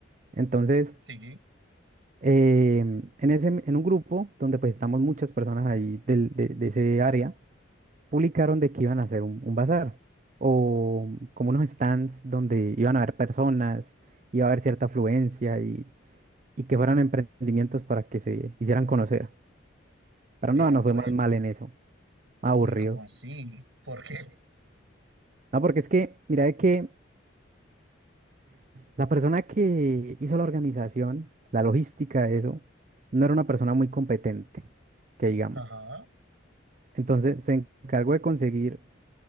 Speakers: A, on the right; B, on the right.
A: Entonces...
B: Sí,
A: eh, en ese, en un grupo donde pues estamos muchas personas ahí del- de, de ese área, publicaron de que iban a hacer un, un bazar o como unos stands donde iban a haber personas, iba a haber cierta afluencia y, y que fueran emprendimientos para que se hicieran conocer. Pero
B: vea
A: no, no fue
B: pues.
A: más mal en eso, aburrido.
B: Uy, ¿cómo así? ¿Por qué?
A: No, porque es que, mira, de que la persona que hizo la organización, la logística de eso, no era una persona muy competente, que digamos.
B: Ajá,
A: Entonces se encargó de conseguir